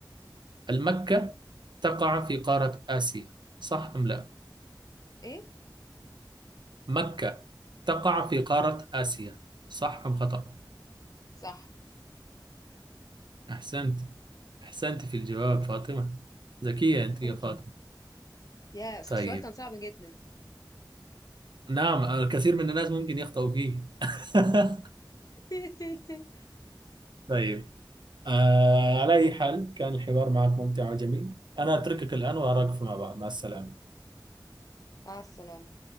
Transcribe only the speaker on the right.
المكة تقع في قارة آسيا صح أم لا؟
مكة تقع في قارة آسيا صح أم خطأ؟
أحسنت أحسنت في الجواب فاطمة ذكية أنت
يا فاطمة
طيب
نعم الكثير من الناس ممكن يخطئوا فيه <laughs>
طيب آه على أي حال كان الحوار معك ممتع وجميل أنا أتركك الآن وأراك فيما بعد مع السلامة